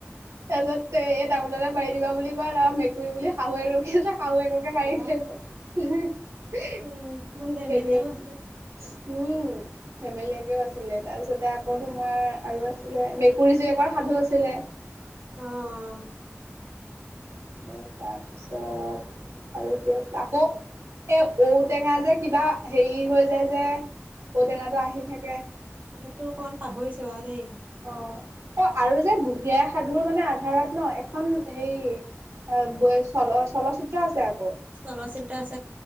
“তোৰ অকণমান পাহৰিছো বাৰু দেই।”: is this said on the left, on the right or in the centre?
Right